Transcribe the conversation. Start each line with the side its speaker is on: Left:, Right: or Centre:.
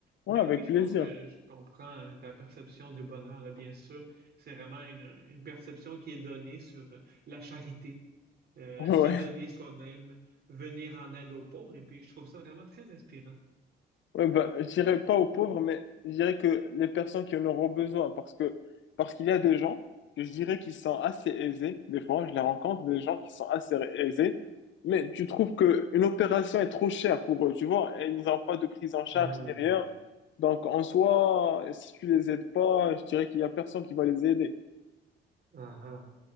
Left: Ouais,
Right: Mais
Left: avec
Right: oui, je
Left: plaisir.
Right: pense que je comprends euh, ta perception du bonheur, là, bien sûr. C'est vraiment une, une perception qui est donnée sur euh, la charité, Euh,
Left: <laughs> Ouais.
Right: se donner soi-même, venir en aide aux pauvres. Et puis, je trouve ça vraiment très inspirant.
Left: Ouais, ben, je dirais pas aux pauvres, mais je dirais que les personnes qui en auront besoin, parce que, parce qu'il y a des gens que je dirais qui sont assez aisés. Des fois, je les rencontre, des gens qui sont assez aisés, mais tu trouves que une opération est trop chère pour eux, tu vois, et ils n'ont pas de prise en charge
Right: Hmm.
Left: ni rien. Donc, en soi, si tu les aides pas, je dirais qu'il y a personne qui va les aider.
Right: Ah, ah.